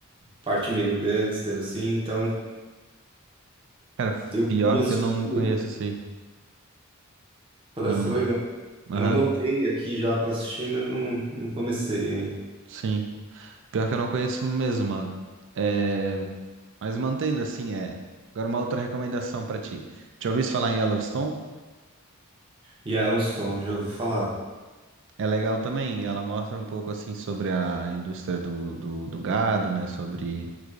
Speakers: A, on the right; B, on the right.
A: parte meio gangster, assim. Então
B: Cara,
A: eu queria
B: pior
A: assistir,
B: que eu não
A: né?
B: conheço esse aí.
A: parece
B: Não, não.
A: ser legal.
B: Aham,
A: Eu anotei aqui já pra assistir, mas não, não comecei ainda.
B: sim. Pior que eu não conheço mesmo, mano. É... Mas mantendo assim, é. Agora uma outra recomendação pra ti. Já ouviu falar em Yellowstone?
A: E Yellowstone, já ouvi falar.
B: É legal também. Ela mostra um pouco assim sobre a indústria do, do, do gado, né? Sobre.